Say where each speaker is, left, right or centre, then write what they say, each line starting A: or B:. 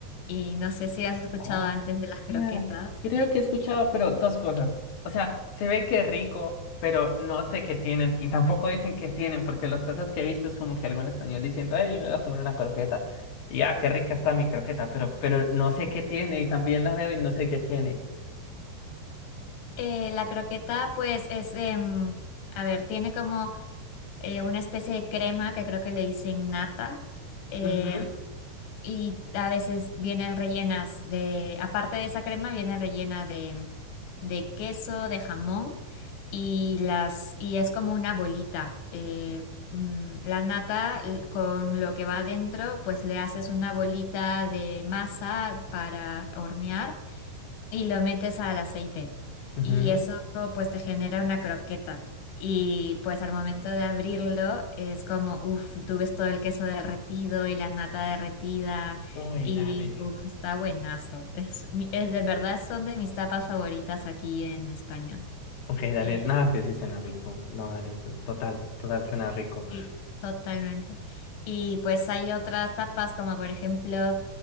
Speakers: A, on the left; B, on the left.
A: Y no sé si has escuchado
B: Oh,
A: antes de las croquetas.
B: yeah. Creo que he escuchado, pero dos cosas. O sea, se ve que rico, pero no sé qué tienen. Y tampoco dicen qué tienen, porque las cosas que he visto es como que algún español diciendo, ay, me voy a comer una croqueta. Y ah, qué rica está mi croqueta, pero, pero no sé qué tiene. Y también la veo y no sé qué tiene.
A: Eh, la croqueta, pues, es, em, a ver, tiene como eh, una especie de crema que creo que le dicen nata. eh,
B: Ujú,
A: Y a veces vienen rellenas de, aparte de esa crema, viene rellena de, de queso, de jamón y las, y es como una bolita. eh, mm, la nata l- con lo que va adentro, pues le haces una bolita de masa para hornear y lo metes al aceite.
B: ujú.
A: Y eso pues te genera una croqueta. Y pues al momento de abrirlo es como, uff, tú ves todo el queso derretido y la nata derretida.
B: Uy,
A: Y
B: dale.
A: uff, está buenazo. Es, mi- es de verdad, son de mis tapas favoritas aquí en España.
B: Ok, dale.
A: Eh,
B: Nada más que sí suena rico. No, dale. su- Total, total suena rico.
A: sí, totalmente. Y pues hay otras tapas como por ejemplo...